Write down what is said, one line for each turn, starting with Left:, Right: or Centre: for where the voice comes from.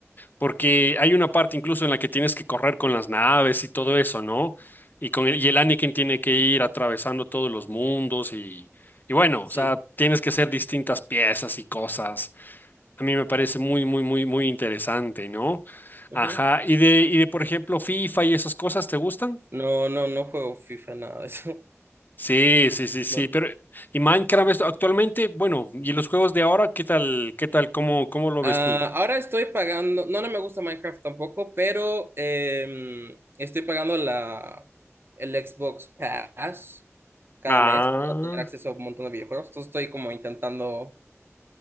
Left: Porque hay una parte incluso en la que tienes que correr con las naves y todo eso, ¿no? Y con el, y el Anakin tiene que ir atravesando todos los mundos y, y bueno,
Right: Sí.
Left: o sea, tienes que hacer distintas piezas y cosas. A mí me parece muy, muy, muy, muy interesante, ¿no?
Right: ujú.
Left: Ajá. Y de, y de, por ejemplo, FIFA y esas cosas, ¿te gustan?
Right: No, no, no juego FIFA, nada de eso. <laughs>
Left: Sí, sí, sí, sí.
Right: No.
Left: Pero, y Minecraft esto, actualmente, bueno, y los juegos de ahora, ¿qué tal, qué tal, cómo, cómo lo ves
Right: Ah,
Left: tú?
Right: ahora estoy pagando, no, no me gusta Minecraft tampoco, pero em, estoy pagando la, el Xbox Pass cada
Left: Ah.
Right: mes para tener acceso a un montón de videojuegos. Entonces estoy como intentando